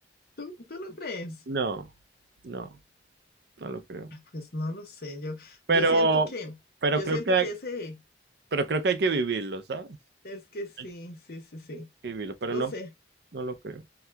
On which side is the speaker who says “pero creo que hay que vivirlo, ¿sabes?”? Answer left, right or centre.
Right